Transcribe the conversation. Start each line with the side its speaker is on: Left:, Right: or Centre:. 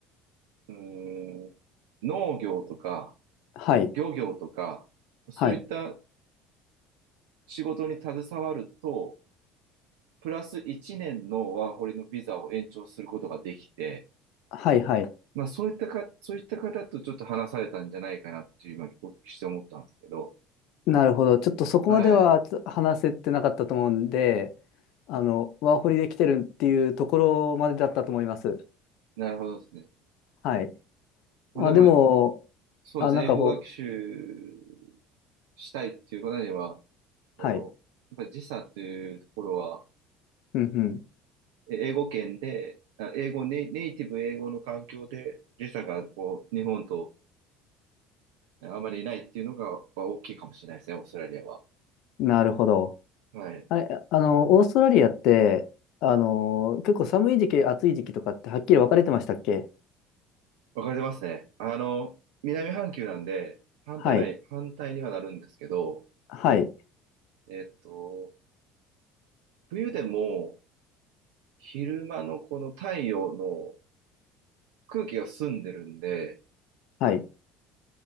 Right: うーん、農業とか
Left: はい、
Right: 漁業とか、そういった
Left: はい、
Right: 仕事に携わると、プラス1年のワーホリのビザを延長することができて、
Left: はい、はい。
Right: まあそういったか、そういった方とちょっと話されたんじゃないかなっていう今お聞きして思ったんですけど、
Left: なるほど。ちょっとそこまではつ話せてなかったと思うんで、
Right: はい。
Left: あの、ワーホリで来てるっていうところまでだったと思います。
Right: なるほどですね。
Left: はい。
Right: まあでも、
Left: まあでも、
Right: そうですね。
Left: あ、なんかこう、
Right: 英語学習したいっていう方には、その、
Left: はい、
Right: やっぱり時差っていうところは、
Left: うん
Right: え英語圏で、あ英語ネイ、ネイティブ英語の環境で時差がこう、日本とえあまりないっていうのが、まあ大きいかもしれないですね、オーストラリアは。
Left: うん、なるほど。
Right: はい。
Left: あれ、あの、オーストラリアって、あの、結構寒い時期、暑い時期とかってはっきり分かれてましたっけ
Right: わかれてますね。あの、南半球なんで、反対ない、
Left: はい、
Right: 反対にはなるんですけど、
Left: はい、
Right: えっと、冬でも昼間のこの太陽の空気が澄んでるんで、
Left: はい、